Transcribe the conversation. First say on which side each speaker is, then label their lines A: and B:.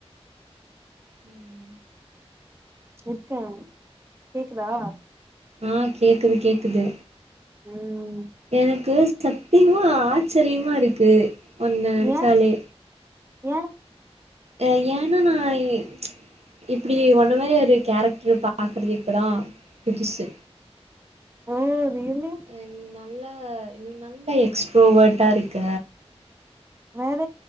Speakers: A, on the right; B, on the right.
A: ம்
B: இருக்கே கேக்குதா
A: ஆ கேக்குது கேக்குது
B: ம்
A: எனக்கு சத்தியமா ஆச்சரியமா இருக்கு ஒன்ன நெனச்சாலே
B: ஏ ஏ
A: ஆ ஏன்னா நா இ இப்டி ஒன்ன மாரி ஒரு கேரக்டரு பாக்கறது இப்பதா புதுசு
B: ஓ ரியலி
A: அ நீ நல்ல நீ நல்ல எக்ஸ்ட்ரோவர்ட்டா இருக்க
B: வேற